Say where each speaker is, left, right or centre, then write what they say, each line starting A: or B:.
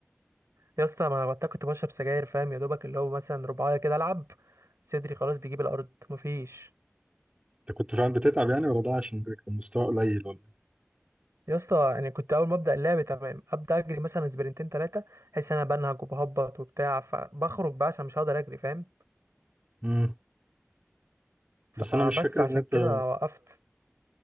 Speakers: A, on the right; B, on the right.
A: يا اسطى ما انا وقتها كنت بشرب سجاير فاهم يا دوبك اللي هو مثلا رباعيه كده العب صدري خلاص بيجيب الارض مفيش
B: انت كنت فعلا بتتعب يعني ولا ده عشان كان المستوى قليل ولا إيه؟
A: يا اسطى يعني كنت اول ما ابدا اللعب تمام ابدا اجري مثلا سبرنتين ثلاثه احس إن انا بنهج وبهبط وبتاع فبخرج بقى عشان مش هقدر اجري فاهم
B: امم
A: فبس
B: بس انا مش فاكر
A: عشان
B: ان انت
A: كده وقفت